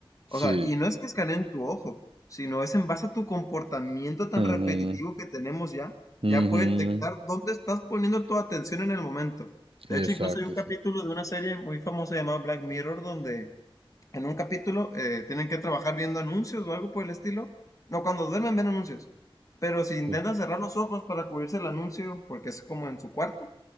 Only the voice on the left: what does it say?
O sea, y no es que escaneen tu ojo, sino es en base a tu comportamiento tan
repetitivo que tenemos ya, ya
puede detectar dónde estás poniendo tu atención en el momento. De
hecho, incluso hay un capítulo
de una serie muy famosa llamada Black Mirror, donde en un capítulo eh, tienen que trabajar viendo anuncios o algo por el estilo. No, cuando duermen ven anuncios. Pero si intentan
cerrar los ojos para cubrirse el anuncio, porque es como en su cuarto,